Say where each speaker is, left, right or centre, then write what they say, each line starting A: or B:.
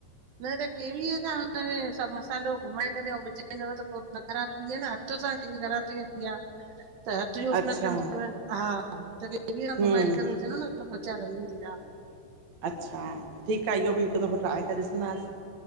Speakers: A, on the right; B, on the right.
A: न त केवीअ सां करे, सभ मसालो घुमाए करे, औं विझंदव त पो न ख़राब थींदी आ न, हथ सां कैंजी ख़राब थी वेंदी आ, हथ यूज़
B: अच्छा
A: न कंदव, हा, त केवीअ सा
B: हम्म
A: घुमाए विझंदव न त, आचार हलंदी आ।
B: अच्छा, ठीक आ, इहो बि हिक दफ़ो ट्राय करे ॾिसंदास।